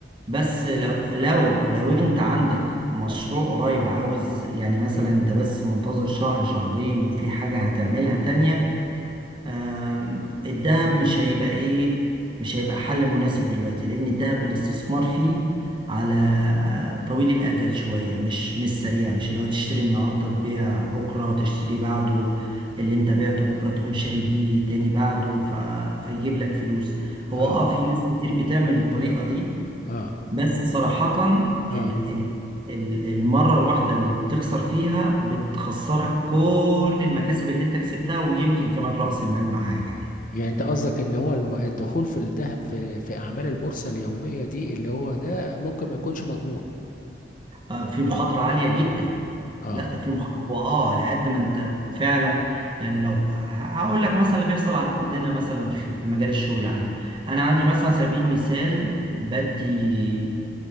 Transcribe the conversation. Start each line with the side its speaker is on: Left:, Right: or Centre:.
Right: بس لو لو لو انت عندك مشروع قريب عاوز يعني مثلا انت بس منتظر شهر شهرين وفي حاجة هتعملها تانية آم، الذهب مش هيبقى ايه مش هيبقى حل مناسب دلوقتي لان الذهب الاستثمار فيه على آه، طويل الاجل شويه مش مش سريع مش اللي هو تشتري النهارده تبيع بكره تشتري بعده اللي انت بعته بكره تقوم شاري بيه تاني بعده ف... فيجيب لك فلوس هو
Left: اه
Right: اه في ناس كتير بتعمل الطريقه دي
Left: اه
Right: بس صراحة
Left: اه
Right: ال ال ال المرة الواحدة اللي بتخسر فيها بتخسرك كل المكاسب اللي انت كسبتها ويمكن كمان رأس المال معاها كمان
Left: يعني انت قصدك ان هو الم- الدخول في الذهب في في اعمال البورصه اليوميه دي اللي هو ده ممكن ما يكونش مضمون
Right: آه في مخاطرة عالية جدا
Left: اه
Right: لا ده في مخاطرة واه على قد ما انت فعلا يعني لو ه- هقول لك مثلا اللي بيحصل عندنا مثلا في, في مجال الشغل عندي انا عندي مثلا على سبيل المثال بدي